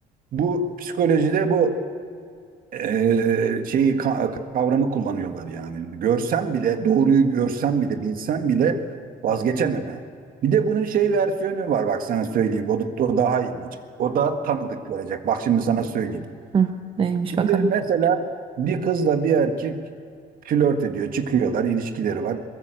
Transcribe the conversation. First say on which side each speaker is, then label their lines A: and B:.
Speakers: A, on the right; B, on the right.
A: bu psikolojide bu e, şeyi ka- kavramı kullanıyorlar yani. Görsem bile, doğruyu görsem bile, bilsem bile vazgeçememe. Bir de bunun şey versiyonu var bak sana söyleyeyim. O, da- o daha ilginç. O daha tanıdık gelecek. Bak şimdi sana söyleyeyim.
B: Hı, neymiş
A: Şimdi
B: bakalım.
A: mesela bir kızla bir erkek flört ediyor, çıkıyorlar, ilişkileri var.